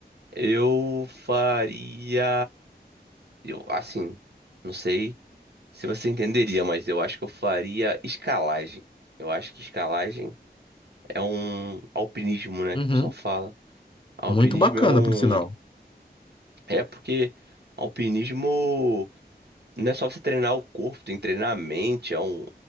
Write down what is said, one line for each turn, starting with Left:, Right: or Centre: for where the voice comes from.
Right: Eu faria. Eu, assim, não sei se você entenderia, mas eu acho que eu faria escalagem. Eu acho que escalagem é um alpinismo, né,
Left: Uhum.
Right: que o pessoal fala. Alpinismo
Left: Muito bacana,
Right: é um.
Left: por sinal.
Right: É porque alpinismo. Não é só você treinar o corpo, tem que treinar a mente, é um.